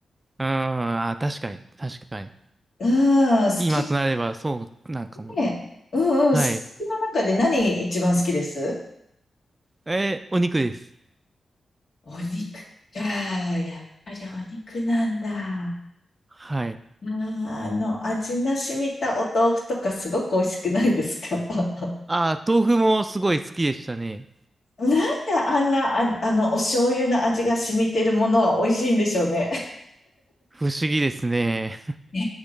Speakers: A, on the right; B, on the left.
A: うーん、あー、確かに、確かに。
B: うーん、すき
A: 今となれば、そう、なんかもう。
B: ねえ、うんうん、
A: はい。
B: 好きの中で何一番好きです
A: えーお肉です。
B: お肉か。やっぱりお肉なんだ。あ
A: はい。
B: ーあの、味の染みたお豆腐とかすごく美味しくないですか <laughs>
A: あー、豆腐もすごい好きでしたね。
B: なんであんな、あ、あの、お醤油の味が染みてるものは美味しいんでしょうね。
A: 不思議ですね。
B: <laughs> ね